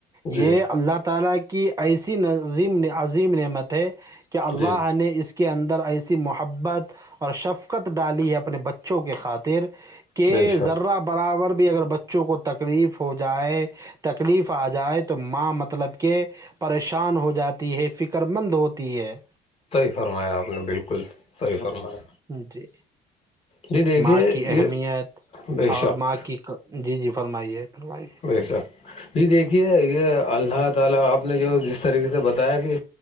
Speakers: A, on the right; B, on the left.
A: یہ
B: جی
A: اللہ تعالی ایسیظ عظیم نعمت ہے کہ اللہ
B: جی
A: نے اس کی کے اندر ایسی محبت اور شفقت ڈالی ہے اپنے بچوں کی خاطر کہ کہ
B: بے شک
A: ذرہ برابر بھی اگر بچوں کو تکلیف ہو جائے تکلیف آ جائے تو ماں مطلب کہ پریشان ہو جاتی ہے فکر مند ہوتی ہے
B: صحیح فرمایا آپ نے بالکل صحیح فرمایا
A: جی
B: جی دیکھیے
A: ماں کی اہمیت
B: یہ بے
A: اور
B: شک
A: ماں کی جی جی فرمائیے فرمائی
B: وہی سا جی دیکھیے یہ اللہ تعالی آپ نے جو جس طریقے سے بتایا کہ